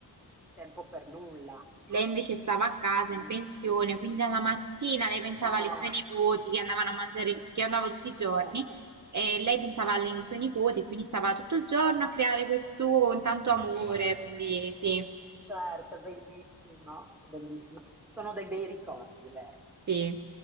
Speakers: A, in the centre; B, on the right.
A: il tempo per nulla,
B: Lei invece stava
A: assolutamente.
B: a casa in pensione, quindi alla mattina lei pensava
A: Eh,
B: alle sue nipoti che andavano a mangiare, perché io andavo tutti i giorni,
A: Eh,
B: e lei pensava alle sue nipoti e quindi stava tutto il giorno a creare quel sugo con tanto amore, quindi sì.
A: certo, bellissimo, bellissimo.
B: Sì,
A: Sono dei bei ricordi, vero?
B: sì.